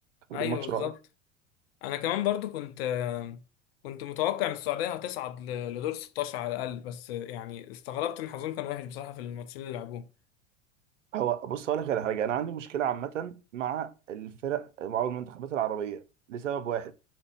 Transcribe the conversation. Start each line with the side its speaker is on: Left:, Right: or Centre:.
Right: كان
Left: ايوه
Right: دي ماتش
Left: بالظبط
Right: رائع
Left: انا كمان برضو كنت كنت متوقع ان السعوديه هتصعد ل- لدور 16 على الاقل بس يعني استغربت ان حظهم كان وحش بصراحه في الماتشين اللي لعبوه
Right: هو بص اقول لك على حاجه انا عندي مشكله عامه مع الفرق مع المنتخبات العربيه لسبب واحد